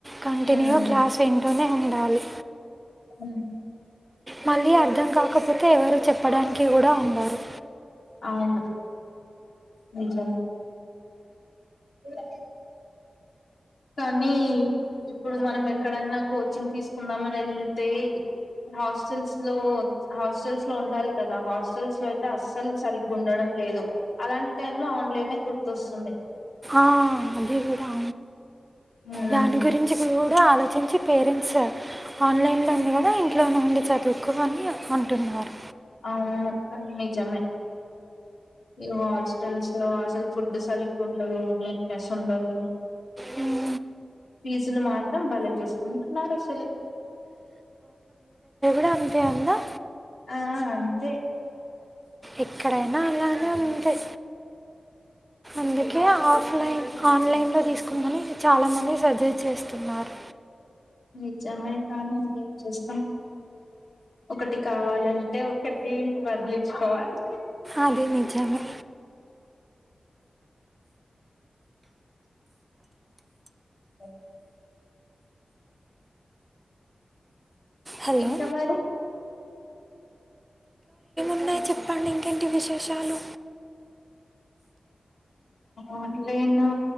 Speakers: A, on the right; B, on the left.
A: కంటిన్యూ
B: మ్మ్
A: క్లాస్ వింటూనే ఉండాలి
B: హ
A: మళ్ళీ అర్థం కాకపోతే ఎవరుూ చెప్పడానికి కూడా ఉన్నారురు
B: అవును నిజాం అ కానీ ఇప్పుడు మనం ఎక్కడైన్నా కోచింగ్ తీసుకుందామని వెళ్తే హాస్టల్స్ లో హాస్టల్స్ లో ఉండాలి కదా హాస్టల్స్ లో అయితే అస్సలు సరిగ్గా ఉండడం లేదు అలాంటి టై లో ఆన్లైన్ గుర్తొస్తుంది
A: ా అభ కూడా రా
B: ఉమ్,
A: దాని గురించి ఇ ఆలోచించి పేరెంట్స్ సార్ ఆన్లైన్ లో ఉంది కదా ఇంట్లోనే ఉండి చదువు ఒకవనీ ఫంటనార్
B: అవును నిజమే ఈ హాస్టల్స్ లో అసలు ఫుడ్ సరిగ్గా ఉండదు నీట్నెస్ ఉండదు
A: ఉ
B: ఫీజులు మాత్రం బల తీసుకుంటున్నారు అసలు
A: రంత అా
B: ఆ అంతే
A: ఎక్కడైనా అలానే ఉందై అందుకే ఆఫ్లైన్ ఆన్లైన్ లో తీసుకుందని, చాలా మంది సజెస్ట్ చేస్తున్నారు.
B: నిజమే కానీ ఏం చేస్తాం? ఒకటి కావాలంటే ఒకటి వదిలిచ్చుకోవాలి.
A: అది నిజమే
B: అ
A: హలో
B: ఇంకా మరి
A: న్నయి చెప్పండి ఇంకెంటి విశేషాలు?
B: ఆన్లైను